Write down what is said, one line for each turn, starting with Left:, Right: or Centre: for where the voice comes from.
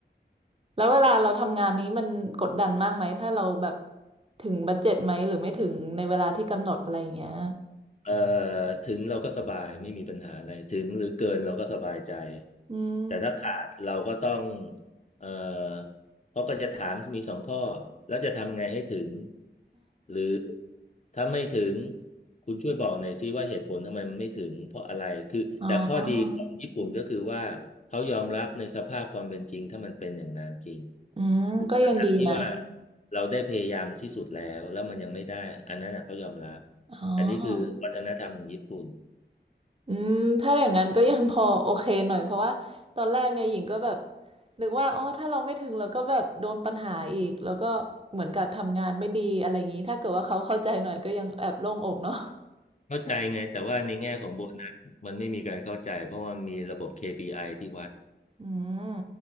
Right: แล้วเวลาเราทำงานนี้มันกดดันมากไหมถ้าเราแบบถึงบัดเจ็ตไหมหรือไม่ถึงในเวลาที่กำหนดอะไรอย่างเงี้ย
Left: เอ่อถึงเราก็สบายไม่มีปัญหาอะไรถึงหรือเกินเราก็สบายใจ
Right: อืม
Left: แต่ถ้าขาดเราก็ต้องเอ่อเขาก็จะถามมีสองข้อแล้วจะทำไงให้ถึงหรือถ้าไม่ถึงคุณช่วยบอกหน่อยซิว่าเหตุผลทำไมมันไม่ถึงเพราะอะไรคือแต่ข้อดีของญี่ปุ่นก็คือว่าเขายอมรับในสภาพความเป็นจริงถ้ามันเป็นอย่างนั้นจริง
Right: อ๋ออืมก็ยังดีนะ
Left: ทั้งๆที่ว่าเราได้พยายามที่สุดแล้วแล้วมันยังไม่ได้อันนั้นนะเขายอมรับ
Right: อ๋อ
Left: อันนี้คือวัฒนธรรมของญี่ปุ่น
Right: อืมถ้าอย่างนั้นก็ยังพอโอเคหน่อยเพราะว่าตอนแรกเนี่ยหญิงก็แบบนึกว่าอ๋อถ้าเราไม่ถึงเราก็แบบโดนปัญหาอีกแล้วก็เหมือนกับทำงานไม่ดีอะไรอย่างนี้ถ้าเกิดว่าเขาเข้าใจหน่อยก็ยังแอบโล่งอกเนาะ
Left: เข้าใจไงแต่ว่าในแง่ของโบนัสมันไม่มีการเข้าใจเพราะว่ามีระบบ KPI ที่วัด
Right: อืม